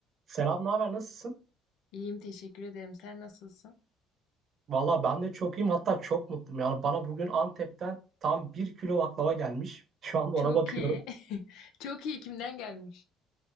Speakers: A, on the right; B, on the left.
A: Selam, ne haber? Nasılsın?
B: İyiyim teşekkür ederim. Sen nasılsın?
A: Valla ben de çok iyiyim. Hatta çok mutluyum. Yani bana bugün Antep'ten tam bir kilo baklava gelmiş. <laughs> Şu anda
B: Çok
A: ona bakıyorum.
B: iyi. <laughs> Çok iyi kimden gelmiş?